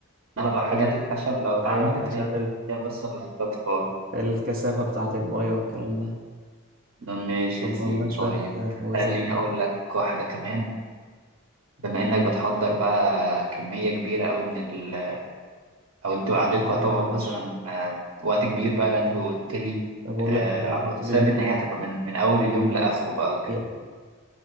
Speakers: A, on the right; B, on the right.
A: انما
B: دي
A: لو
B: حقيقة.
A: حاجات الخشب لو اتعملت
B: ايوه عشان
A: هي هي بس اللي هتطفو
B: الكثافة بتاعة المايه والكلام ده
A: ماشي
B: طب
A: يا سيدي
B: والله شوية
A: طيب
B: فوازير
A: خليني اقول لك واحدة كمان بما انك بتحضر بقى كمية كبيرة قوي من ال او انتوا قعدتكوا
B: مش عليا
A: هتقعد
B: يا باشا
A: مثلا آه، وقت كبير بقى لان انتوا قلت لي
B: طب أقول
A: آه،
B: لك أنا بقول
A: على الواتساب
B: طول اليوم
A: ان هي هتبقى من من اول اليوم لاخره بقى وكده
B: إيه